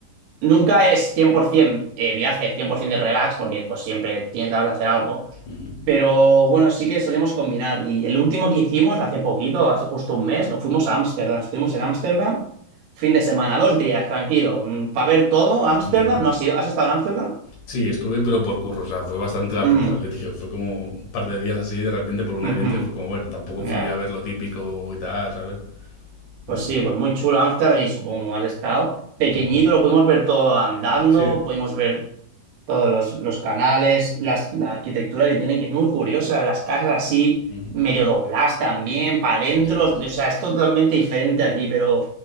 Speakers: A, on the right; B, on the left.
A: Nunca es 100% eh, viaje, 100% de relax, porque pues siempre tienes que hacer algo.
B: ujú,
A: Pero bueno, sí que solíamos combinar. Y el último que hicimos, hace poquito, hace justo un mes, nos fuimos a Ámsterdam. Estuvimos en Ámsterdam, fin de semana, dos días, tranquilo, para ver todo. Ámsterdam,
B: ujú.
A: ¿no has ido? ¿Has estado en Ámsterdam?
B: Sí, estuve, pero por curro, o sea, fue bastante lamentable,
A: Mm,
B: <laughs> tío. Fue como un par de días así, de repente, por un evento,
A: ujú,
B: y fue como, bueno, tampoco fui
A: ya.
B: a ver lo típico y tal, ¿sabes?
A: Pues
B: Mm,
A: sí, pues muy chulo Ámsterdam y supongo que has estado. Pequeñito,
B: ujú.
A: lo pudimos ver todo andando,
B: Sí,
A: pudimos ver todos los, los canales, las- la arquitectura que tienen, que es muy curiosa, las casas así,
B: ujú.
A: medio dobladas también, para adentro,
B: Ya ves.
A: o sea, es totalmente diferente aquí, pero